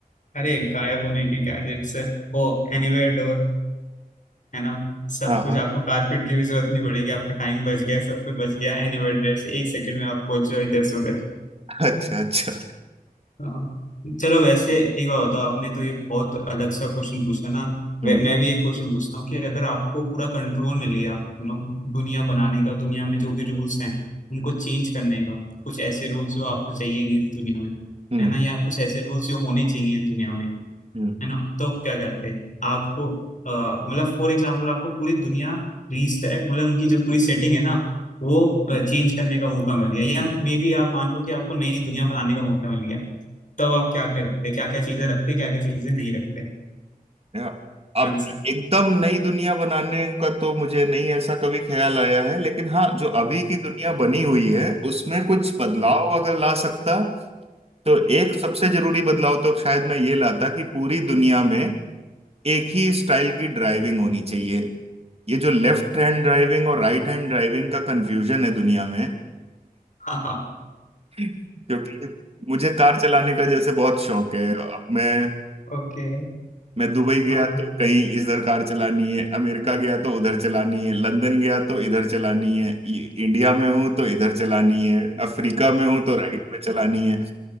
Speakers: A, on the left; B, on the right.
A: अरे गायब होने के गैजेट्स ओ एनीवेयर डोर है ना सब
B: हाँ
A: कुछ
B: हाँ
A: आपको कारपेट की भी जरूरत नहीं पड़ेगी आपका टाइम बच गया सब कुछ बच गया एनी से एक सेकंड में आप पहुंच जाओ इधर से उधर
B: अच्छा अच्छा
A: हाँ। चलो वैसे एक बात बताओ आपने तो ये बहुत अलग सा क्वेश्चन पूछा ना
B: हम्म
A: वे- मैं भी एक क्वेश्चन पूछता हूँ कि अगर आपको पूरा कंट्रोल मिल गया यू नो दुनिया बनाने का दुनिया में जो भी रूल्स हैं उनको चेंज करने का कुछ ऐसे रूल्स जो आपको चाहिए नहीं इस दुनिया में
B: हम्म
A: है ना या कुछ ऐसे रूल्स जो होने चाहिए इस दुनिया में
B: हम्म।
A: है ना तो क्या करते हैं आपको अ, मतलब फॉर एग्जाम्पल आपको पूरी दुनिया रीस्टार्ट मतलब उनकी जो पूरी सेटिंग है ना वो चेंज करने का मौका मिल गया या मे बी आप मान लो कि आपको नई दुनिया बनाने का मौका मिल गया तब आप क्या करते क्या क्या चीजें रखते क्या क्या चीजें नहीं रखते
B: या, अब
A: आंसर
B: एकदम नई दुनिया बनाने का तो मुझे नहीं ऐसा कभी ख्याल आया है लेकिन हाँ जो अभी की दुनिया बनी हुई है उसमें कुछ बदलाव अगर ला सकता तो एक सबसे जरूरी बदलाव तो शायद मैं ये लाता कि पूरी दुनिया में एक ही स्टाइल की ड्राइविंग होनी चाहिए ये जो लेफ्ट हैंड ड्राइविंग और राइट हैंड ड्राइविंग का कंफ्यूजन है दुनिया में <laughs>
A: हाँ
B: क्योंकि मुझे कार चलाने का जैसे बहुत शौक है अब मैं
A: ओके <laughs>
B: मैं दुबई गया
A: हाँ
B: तो कहीं इधर कार चलानी है अमेरिका गया तो उधर चलानी है लंदन गया तो इधर चलानी है इ- इंडिया में हूं तो इधर चलानी है अफ्रीका में हूं तो राइट में चलानी है